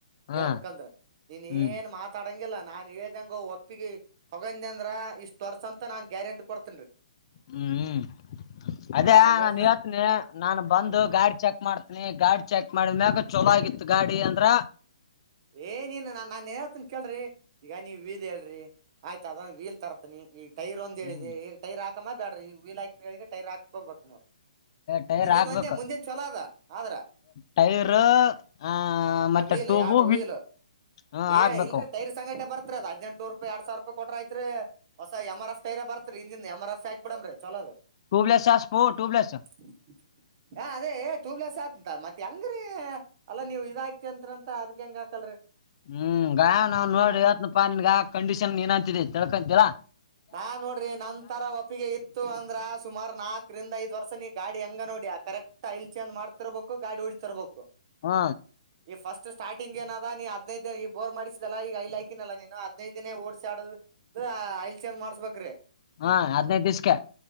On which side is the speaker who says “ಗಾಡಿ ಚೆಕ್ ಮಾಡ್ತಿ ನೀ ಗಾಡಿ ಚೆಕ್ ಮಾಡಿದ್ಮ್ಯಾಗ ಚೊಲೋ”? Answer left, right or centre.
Left